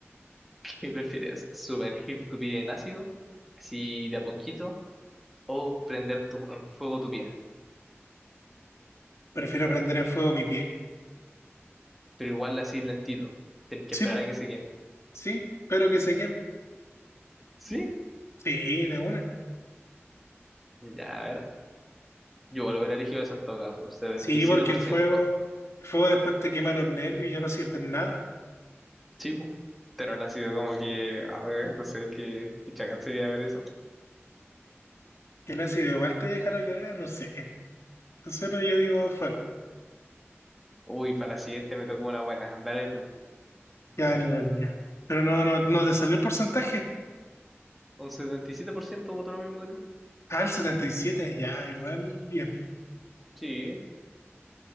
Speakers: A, in the centre; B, on the left.
A: <laughs> ¿Qué prefieres? ¿Sumergir tu pie en ácido? Así de a poquito o prender tu, en fuego tu pie,
B: Prefiero prender en fuego mi pie.
A: pero igual así lentito. Tenés que
B: Sí,
A: esperar
B: pues.
A: a que se queme.
B: Sí, pero que se queme.
A: ¿Sí?
B: Sí, de una.
A: Ya, a ver. Yo igual hubiera elegido esa en todo caso, 77%.
B: Sí, porque el fuego, el fuego después te quema los nervios y ya no sientes nada.
A: Sí, pu. Pero ahora ha sido como que, a ver, no sé qué, qué chacal sería ver eso.
B: Que el ácido igual te deja la cagada, no sé. No sé, pero yo digo fuego.
A: Uy, para la siguiente me tocó una buena. Dale tú.
B: Ya, dale, dale, ya. Pero no, no, no te salió el porcentaje.
A: Un 77% votó lo mismo que tú.
B: Ah, el 77, ya, igual, bien.
A: Sí.